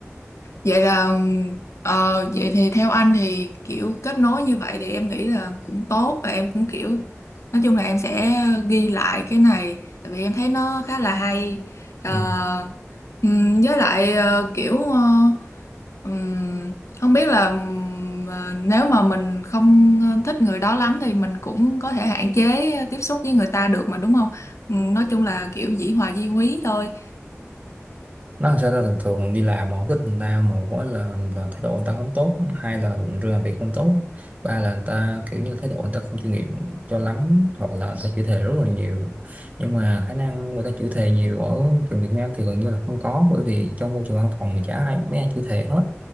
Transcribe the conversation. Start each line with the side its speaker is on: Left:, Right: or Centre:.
Left: Vậy là ờ, vậy thì theo anh thì kiểu kết nối như vậy thì em nghĩ là cũng tốt và em cũng kiểu nói chung là em sẽ ghi lại cái này tại vì em thấy nó khá là hay
Right: Ừ.
Left: Ờ, ừm, với lại ờ, kiểu ờ, ừm, không biết là ừm, ờ, nếu mà mình không thích người đó lắm thì mình cũng có thể hạn chế tiếp xúc với người ta được mà đúng không? Ừm, nói chung là kiểu dĩ hòa vi quý thôi.
Right: nó làm sao ta thường thường đi làm mà không thích người ta một á là là thái độ người ta không tốt hai là làm việc không tốt ba là người ta kiểu như thái độ người ta không chuyên nghiệp cho lắm hoặc là người ta chửi thề rất là nhiều nhưng mà khả năng người ta chửi thề nhiều ở trường Việt Nam thì gần như là không có bởi vì trong môi trường văn phòng thì chả ai mấy ai chửi thề hết